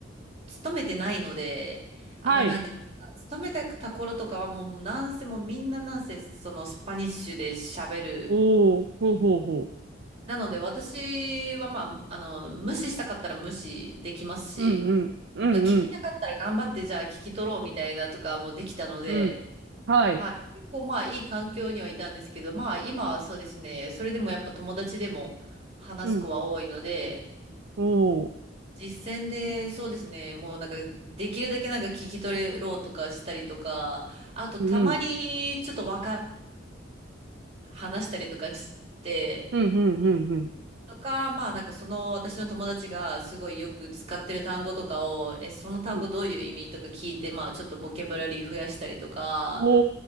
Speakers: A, on the right; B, on the right.
A: 勤めてないので、あれなんですが、
B: はい。
A: 勤めてた頃とかはもうなんせもうみんななんせそのスパニッシュで喋る。
B: おお。ほうほうほ
A: なので私はまあ、あの、無視したかったら無視できますし、
B: う。うんうん。うんうん。
A: まあ聞きたかったら頑張ってじゃあ聞き取ろうみたいなとかもできたので、
B: うん。はい。
A: はい。結構まあいい環境にはいたんですけど、まあ今はそうですね、それでもやっぱ友達でも話す子は多いので、
B: うん。おお。
A: 実践でそうですね、
B: うん
A: もうなんかできるだけなんか聞き取ろうとかしたりとか、あとたまにちょっとわか、
B: うん。
A: 話したりとかして、
B: うんうんうんうん。
A: とか、まあなんかその私の友達がすごいよく使ってる単語とかを、え、その単語どういう意味とか聞いて、
B: うん。
A: まあちょっとボキャブラリー増やしたりとか、
B: お